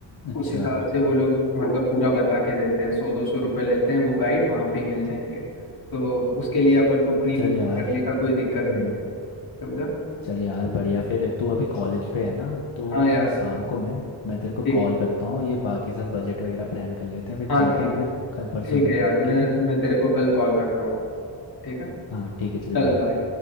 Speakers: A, on the left; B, on the left.
A: अच्छा
B: उस हिसाब से वो लोग मतलब पूरा बता के देते हैं सौ दो सौ रुपये लेते हैं वो गाइड वहाँ पे ही मिल जाएंगे तो उसके लिए अपन को प्री
A: चल
B: बुकिंग
A: यार
B: करने का कोई दिक्कत
A: हम्म
B: नहीं है समझा
A: चल यार बढ़िया फिर तू अभी कॉलेज पे है ना तो
B: हाँ
A: तू
B: यार
A: मुझे शाम को मिल मैं तेरे को
B: ठीक
A: कॉल करता हूँ ये बाकी सब बजट वगैरह प्लान कर लेते हैं फिर
B: हाँ
A: चलते
B: ठीक
A: हैं फिर कल परसों
B: ठीक
A: पे
B: है यार
A: ठीक
B: मैं
A: है
B: मैं तेरे को कल कॉल करता हूँ ठीक है
A: हाँ ठीक है चल
B: चल
A: बाय
B: बाय